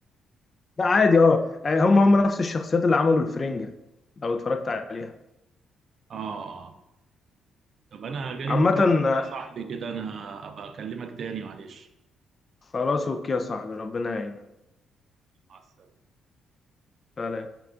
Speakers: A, on the left (about 35°); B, on the right (about 55°).
A: ده عادي اه يعني هم هم نفس الشخصيات اللي عملوا الفرنجة لو اتفرجت عليها
B: اه طب انا جالي
A: عامة
B: مكالمه كده
A: آه،
B: يا صاحبي كده انا ابقى اكلمك تاني معلش
A: خلاص اوكي يا صاحبي ربنا يعينك
B: مع السلامه
A: سلام.